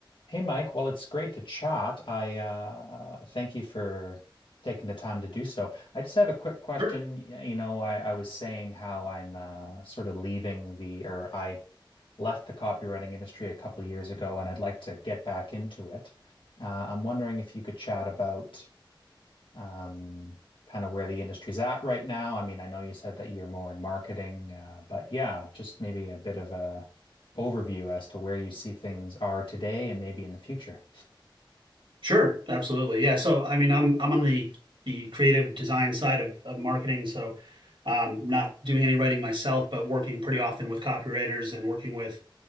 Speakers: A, on the left; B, on the right.
A: Hey Mike, well it's great to chat. I uh, thank you for taking the time to do so. I just have a quick question.
B: Sure,
A: Y- You know, I, I was saying how I'm uh, sort of leaving the or I left the copywriting industry a couple years ago, and I'd like to get back into it. Uh, I'm wondering if you could chat about um, kind of where the industry's at right now. I mean, I know you said that you're more in marketing, uh, but yeah, just maybe a bit of a overview as to where you see things are today and maybe in the future.
B: sure, absolutely. Yeah. So, I mean, I'm I'm on the the creative design side of of marketing, so um, not doing any writing myself, but working pretty often with copywriters and working with